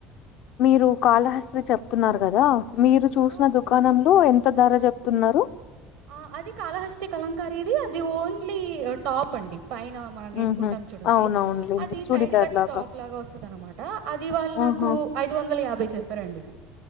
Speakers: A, on the left; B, on the right.
A: మీరు కాళహస్త్రి చెప్తున్నారు కదా మీరు చూసిన
B: అవును
A: దుకాణంలో ఎంత ధర చెప్తున్నారు
B: ఆ అది కాలహస్తి కలంకారది అది ఓన్లీ టాప్ అండి పైన మనం
A: హుహు.
B: వేసుకుంటాం చూడండి
A: అవునవునులెండి.
B: అది
A: చూడిదార్‌లాగా.
B: సైడ్ కట్ టాప్ లాగా వస్తుంద అన్నమాట అది వాళ్ళు
A: ఆహా!
B: నాకు ఐదు వందల యాభై చెప్పారండి